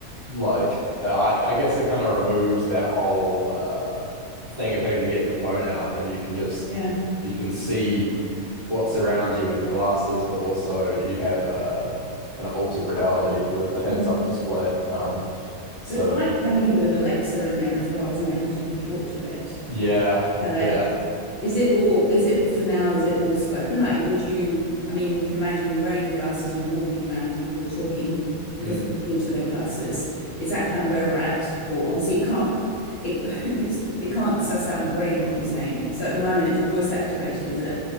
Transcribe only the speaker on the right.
like I I guess it kind of removes that whole uh thing of having to get your phone out if you can just
you can see what's around you with the glasses, but also you have a kind of altered reality with the heads
up display. Um, so
yeah,
yeah.
Hmm.